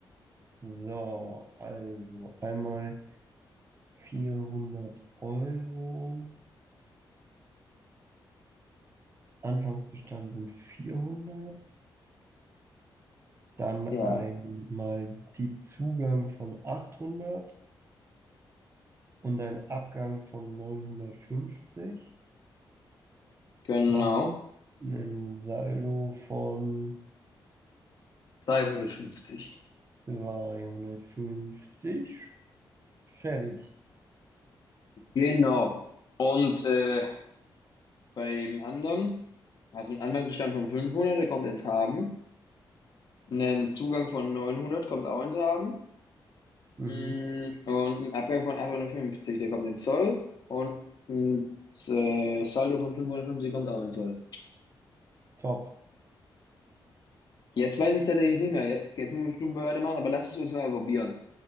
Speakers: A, on the right; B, on the left.
A: So, also einmal vierhundert Euro. Anfangsbestand sind vierhundert Dann einmal
B: Ja,
A: die Zugang von 800 und ein Abgang von neunhundertfünfzig
B: genau.
A: Macht einen Saldo von
B: 350.
A: 250. Fertig.
B: Genau. Und äh, bei dem anderen hast du einen Anfangsbestand von 500, der kommt ins Haben. Einen Zugang von 900 kommt auch ins Haben.
A: Mhm.
B: Mm, Und einen Abgang von 850, der kommt ins Soll. Und ein äh, Saldo von 550 kommt auch ins Soll.
A: Top.
B: Jetzt weiß ich tatsächlich nicht mehr. Jetzt, jetzt muss ich du weitermachen, aber lass es uns mal probieren.